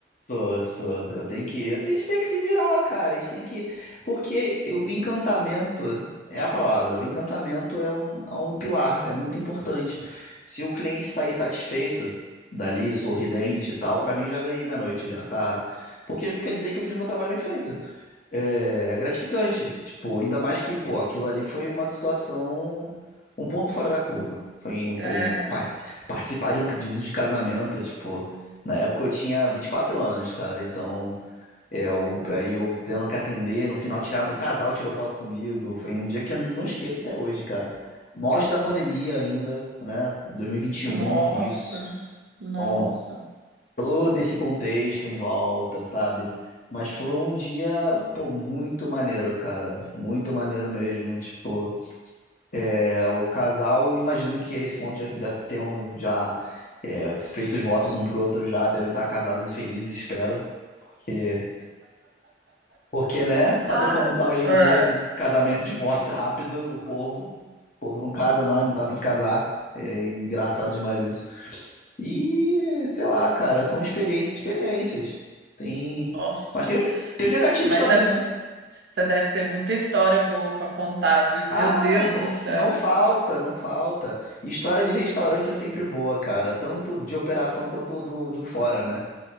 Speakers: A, on the left (about 45°); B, on the right (about 65°).
A: Sou, sou. Eu tenho que. eu tenho- a gente tem que se virar, cara. A gente tem que. Porque o encantamento é a palavra. O encantamento é um, é um pilar, é muito importante. Se o cliente sair satisfeito dali, sorridente e tal, pra mim já ganhei minha noite, já tá. Porque quer dizer que eu fiz meu trabalho bem feito. É é gratificante. Tipo, ainda mais que, pô, aquilo ali foi uma situação, um ponto fora da curva. Foi um,
B: É,
A: pô, um parti- participar de um pedido de casamento, tipo, na época eu tinha 24 anos, cara, então é, eu- aí eu tendo que atender, no final tiraram, o casal tirou foto comigo. Foi um dia que eu não esqueço até hoje, cara. No auge da pandemia ainda, né? 2021,
B: nossa,
A: isso.
B: nossa.
A: Então, todo esse contexto em volta, sabe? Mas foi um dia, pô, muito maneiro, cara. Muito maneiro mesmo. Tipo, é, o casal, imagino que a esse ponto já, já tenham já é, feito os votos um pro outro já, devem estar casados e felizes, espero. Porque, porque, né? Sabe
B: Ai,
A: como tá hoje em
B: é,
A: dia com casamento e divórcio rápido, o povo. O povo não casa mais, não tá a fim de casar. É engraçado demais isso. E, sei lá, cara, são experiências, experiências. Tem.
B: nossa.
A: Mas tem, tem os negativos
B: Mas
A: também,
B: você
A: né?
B: você deve ter muita história boa para contar, viu?
A: Ah,
B: Meu Deus
A: não,
B: do céu.
A: não falta, não falta. História de restaurante é sempre boa, cara. Tanto de operação quanto do, do fora, né?